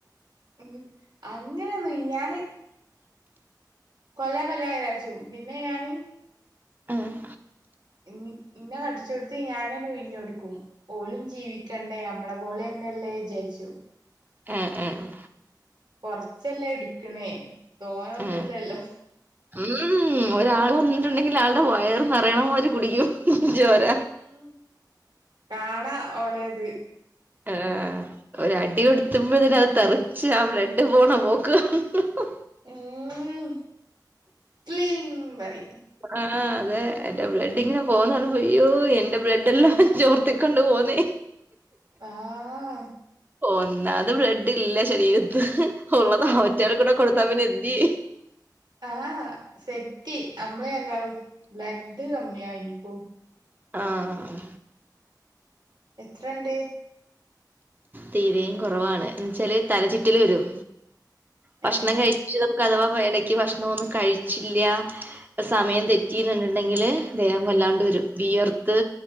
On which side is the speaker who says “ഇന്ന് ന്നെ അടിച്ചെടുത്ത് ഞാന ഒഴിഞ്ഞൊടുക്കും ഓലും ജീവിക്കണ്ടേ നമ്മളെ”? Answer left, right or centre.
Right